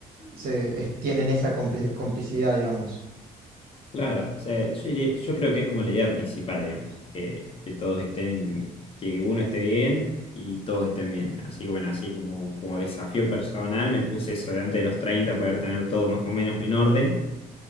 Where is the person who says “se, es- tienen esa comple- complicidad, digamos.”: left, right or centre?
Right